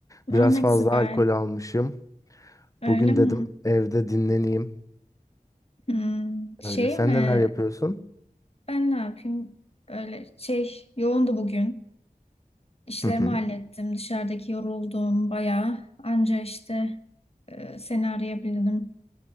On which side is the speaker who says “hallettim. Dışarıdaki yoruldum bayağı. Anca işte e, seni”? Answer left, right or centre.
Left